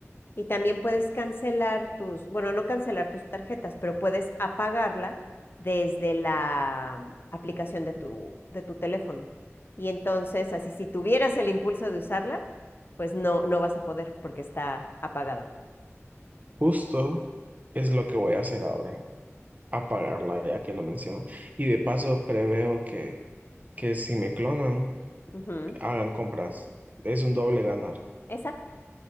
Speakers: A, on the left (about 45°); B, on the right (about 35°).
A: Y también puedes cancelar tus, bueno, no cancelar tus tarjetas, pero puedes apagarla desde la mm, aplicación de tu, de tu teléfono. Y entonces, así si tuvieras el impulso de usarla, pues no, no vas a poder porque está apagada.
B: Justo es lo que voy a hacer ahora, apagarla ya que lo menciono. Y de paso preveo que, que si me clonan,
A: Ujú,
B: hagan compras. Es un doble ganar.
A: Exacto.